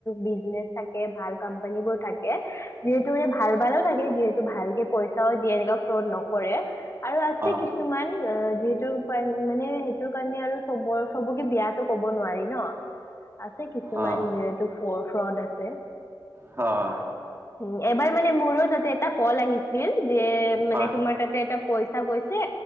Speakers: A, on the left; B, on the right.
A: বিজনেছ থাকে ভাল কোম্পানীবোৰ থাকে। যিহেতু সেই ভাল ভালো থাকে যিহে তু ভালকে পইচাও দিয়ে এনেকুৱা ফ্ৰদ নকৰে আৰু আছে
B: অ'
A: কিছু কিছুমান অ' যিহেতু যিহেতু মানে সেইটোৰ কাৰণে আৰু চব চবকে বেয়াটো কব নোৱাৰি ন। আছে কিছুমান
B: অ'
A: যিহেতু ফ্ৰ ফ্ৰড আছে।
B: হয়
A: উম এবাৰ মানে মোৰো তাতে এটা কল আহিছিল যে
B: হয়
A: মানে তোমাৰ তাতে এটা পইচা গৈছে